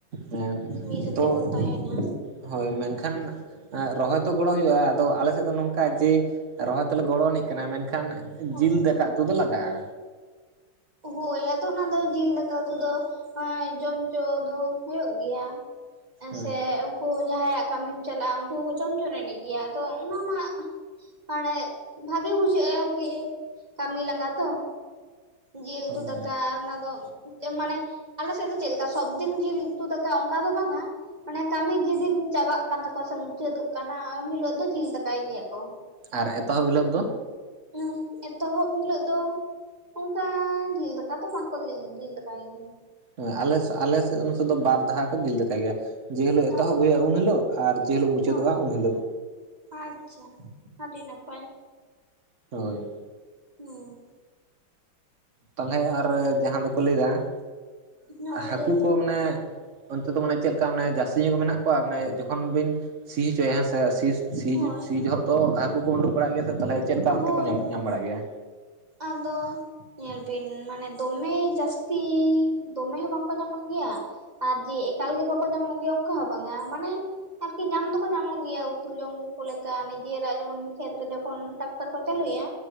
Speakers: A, on the right; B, on the right.
A: ᱦᱮᱸ
B: ᱢᱤᱫ ᱥᱟᱛᱮ
A: ᱛᱚ
B: ᱵᱚᱱ ᱛᱟᱦᱮᱱᱟ᱾
A: ᱦᱳᱭ ᱢᱮᱱᱠᱷᱟᱱ ᱨᱚᱦᱚᱭ ᱛᱚ ᱜᱚᱲᱚ ᱦᱩᱭᱩᱜ-ᱟ ᱟᱫᱚ ᱟᱞᱮ ᱥᱮᱫ ᱫᱚ ᱱᱚᱝᱠᱟ ᱡᱮ ᱨᱚᱦᱚᱭ ᱛᱚᱞᱮ ᱜᱚᱲᱚ ᱟᱹᱱᱤᱡ ᱠᱟᱱᱟ ᱢᱮᱱᱠᱷᱟᱱ
B: ᱦᱳᱭ
A: ᱡᱤᱞ ᱫᱟᱠᱟ ᱩᱛᱩ ᱫᱚ ᱞᱟᱜᱟᱜ-ᱟ᱾
B: ᱦᱳᱭ ᱟᱫᱚ ᱚᱱᱟ ᱫᱚ ᱡᱤᱞ ᱫᱟᱠᱟ ᱩᱛᱩ ᱫᱚ ᱡᱚᱢ ᱦᱚᱪᱚ ᱫᱚ ᱦᱩᱭᱩᱜ ᱜᱮᱭᱟ ᱦᱮᱥᱮ
A: ᱦᱳᱭ
B: ᱩᱱᱠᱩ ᱡᱟᱦᱟᱸᱭᱟᱜ ᱠᱟᱹᱢᱤᱢ ᱪᱟᱞᱟᱜ-ᱟ ᱩᱱᱠᱩ ᱦᱚᱸᱠᱚ ᱡᱚᱢ ᱡᱚᱝ ᱮᱱᱤᱡ ᱜᱮᱭᱟ ᱟᱫᱚ ᱚᱱᱟ ᱢᱟ ᱢᱟᱱᱮ ᱵᱷᱟᱜᱤ ᱵᱩᱡᱷᱟᱹᱜ-ᱟ ᱟᱨᱠᱤ ᱠᱟᱹᱢᱤ ᱞᱟᱸᱜᱟ ᱛᱚ᱾ ᱡᱤᱞ ᱩᱛᱩ
A: ᱦᱳᱭ
B: ᱫᱟᱠᱟ ᱟᱨ ᱚᱱᱟ ᱫᱚ ᱪᱮᱫ ᱢᱟᱱᱮ ᱟᱞᱮᱥᱮᱫ ᱫᱚ ᱪᱮᱫ ᱞᱮᱠᱟ ᱥᱚᱵᱫᱤᱱ ᱡᱤᱞ ᱩᱛᱩ ᱫᱟᱠᱟ ᱚᱱᱠᱟ ᱫᱚ ᱵᱟᱝ ᱟ᱾ ᱢᱟᱱᱮ ᱠᱟᱹᱢᱤ ᱡᱮᱫᱤᱱ ᱪᱟᱵᱟᱜ ᱠᱟᱱ ᱛᱟᱠᱚᱣᱟ ᱥᱮ ᱢᱩᱪᱟᱹᱫᱚᱜ ᱠᱟᱱᱟ ᱩᱱ ᱦᱤᱞᱳᱜ ᱫᱚ ᱡᱤᱞ ᱫᱟᱠᱟᱭ ᱜᱮᱭᱟ ᱠᱚᱽ᱾
A: ᱟᱨ ᱮᱛᱚᱦᱚᱵ ᱦᱤᱞᱳᱜ ᱫᱚ?
B: ᱦᱮᱸ ᱮᱛᱚᱦᱚᱵ ᱦᱤᱞᱳᱜ ᱫᱚ ᱚᱱᱠᱟ ᱡᱤᱞ ᱫᱟᱠᱟ ᱛᱚ ᱵᱟᱝᱠᱚ ᱡᱤᱞ ᱫᱟᱠᱟᱭ ᱜᱮᱭᱟ᱾
A: ᱦᱮ ᱟᱞᱮ ᱟᱞᱮ ᱥᱮᱫ ᱫᱚ ᱵᱟᱨ ᱫᱟᱣ ᱠᱚ ᱡᱤᱞ ᱫᱟᱠᱟᱭ ᱜᱮᱭᱟ᱾ ᱡᱮ ᱦᱤᱞᱳᱜ
B: ᱚ
A: ᱮᱛᱚᱦᱚᱵ ᱦᱩᱭᱩᱜᱼᱟ ᱩᱱ ᱦᱤᱞᱳᱜ ᱟᱨ ᱡᱮ ᱦᱤᱞᱳᱜ ᱢᱩᱪᱟᱹᱫᱚᱜᱼᱟ
B: ᱦᱳᱭ
A: ᱩᱱ ᱦᱤᱞᱳᱜ᱾
B: ᱟᱪᱪᱷᱟ ᱟᱹᱰᱤ ᱱᱟᱯᱟᱭ᱾
A: ᱦᱳᱭ᱾
B: ᱦᱩᱸ᱾
A: ᱛᱟᱦᱚᱞᱮ ᱟᱨ ᱡᱟᱦᱟᱸ ᱫᱚᱠᱚ ᱞᱟᱹᱭᱫᱟ
B: ᱦᱳᱭ
A: ᱦᱟᱹᱠᱩ
B: ᱞᱟᱹᱭ ᱵᱤᱱ
A: ᱠᱚ ᱢᱟᱱᱮ ᱚᱱᱛᱮ ᱫᱚ ᱢᱟᱱᱮ ᱪᱮᱫᱠᱟ ᱚᱱᱮ ᱡᱟᱹᱥᱛᱤ ᱧᱚᱜ ᱢᱮᱱᱟᱜ ᱠᱚᱣᱟ ᱢᱟᱱᱮ ᱡᱚᱠᱷᱚᱱ ᱵᱤᱱ ᱥᱤ ᱦᱚᱪᱚᱭᱟ ᱦᱮᱸᱥ ᱥᱤ ᱥᱤᱡ
B: ᱦᱳᱭ
A: ᱥᱤ ᱡᱚᱦᱚᱛᱚ ᱦᱟᱹᱠᱩ ᱠᱚ ᱩᱰᱩᱠ ᱵᱟᱲᱟᱜ ᱜᱮᱭᱟ ᱛᱟᱦᱚᱞᱮ ᱪᱮᱫ ᱞᱮᱠᱟ ᱚᱱᱛᱮ
B: ᱦᱳᱭ
A: ᱠᱚ ᱧᱟᱢ
B: ᱦᱳᱭ
A: ᱧᱟᱢ ᱵᱟᱲᱟᱜ ᱜᱮᱭᱟ
B: ᱟᱫᱚ ᱧᱮᱞ ᱵᱤᱱ ᱢᱟᱱᱮ ᱫᱚᱢᱮ ᱡᱟᱹᱥᱛᱤ ᱫᱚᱢᱮ ᱦᱚᱸ ᱵᱟᱝᱠᱚ ᱧᱟᱢᱚᱜ ᱜᱮᱭᱟ᱾ ᱟᱨ ᱡᱮ ᱮᱠᱟᱞ ᱜᱮ ᱵᱟᱠᱚ ᱧᱟᱢᱚᱜ ᱜᱮᱭᱟ ᱚᱱᱠᱟ ᱦᱚᱸ ᱵᱟᱝᱟ ᱢᱟᱱᱮ ᱟᱨᱠᱤ ᱧᱟᱢ ᱫᱚᱠᱚ ᱧᱟᱢᱚᱜ ᱜᱮᱭᱟ ᱩᱛᱩ ᱡᱚᱢ ᱠᱚ ᱞᱮᱠᱟ ᱱᱤᱡᱮᱨᱟᱜ ᱡᱮᱢᱚᱱ ᱠᱷᱮᱛ ᱨᱮ ᱡᱚᱠᱷᱚᱱ ᱴᱟᱨᱟᱠᱴᱟᱨ ᱠᱚ ᱪᱟᱹᱞᱩᱭᱟ